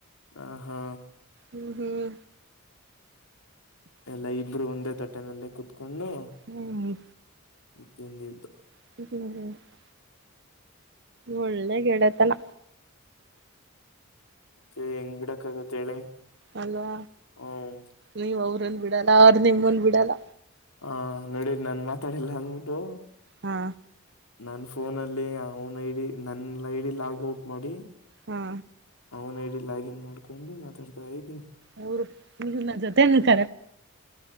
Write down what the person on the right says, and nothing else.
ಹ್ಮ್ ಹ್ಮ್
ಹ್ಮ್
<unintelligible> ಒಳ್ಳೆ ಗಿಡತನ
ಅಲ್ವಾ
ನೀವ ಅವ್ರಂದ ಬಿಡಲ್ಲ ಅವ್ರ ನಿಮ್ಮಂದ ಬಿಡಲ್ಲ
ಹಾ
ಹಾ
ಅವರು ನಿಮ್ಮ ಜೊತೆ ನಿ ಕಾರೆ